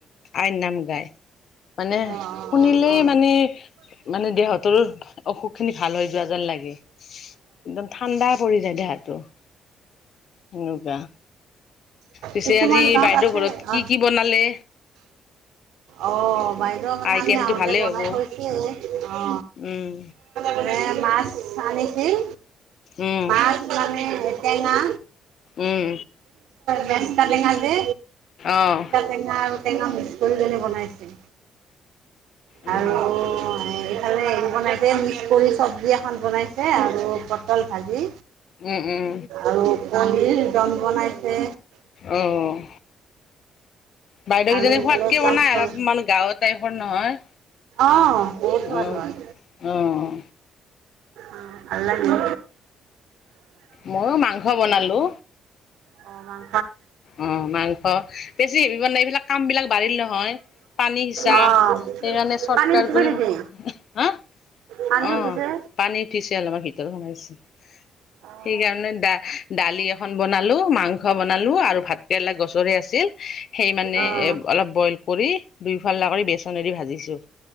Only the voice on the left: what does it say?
আই নাম গায়। মানে
শুনিলেই
মানে মানে দেহতৰো অসুখ খিনি ভাল হৈ যোৱা যেন লাগে। একদম ঠাণ্ডা পৰি যায় দেহাটো। সেনে কোৱা, পিছে
আজি
বাইদেউ
ঘৰত কি
কি বনালে?
আইটেমটো
ভালেই
হ'ব।
উম,
উম,
উম,
অ',
উম।
উম, উম,
অ', বাইদেউ কেইজনী
সোৱাদকে
বনাই অলপ মানুহ, গাঁৱৰ টাইপৰ নহয়।
অ'।
অ',
মইও মাংস বনালো।
অ' মাংস, বেছি হেৰি মানে, এইবিলাক কাম বিলাক বাঢ়িল নহয়। পানী সিঁচা,
সেইকাণে চত
কাৰ
কৰিব,
হা',
অ',
পানীত, উঠিছে অলমান ভিতৰত সোমাইছে
সেইকাৰণে দা দালি এখন বনালো মাংস বনালো আৰু ভাত ভাতকেৰেলা গছৰে আছিল সেই মানে
এ অলপ বইল কৰি দুই-ফাল্লা কৰি বেচনেৰে ভাজিছো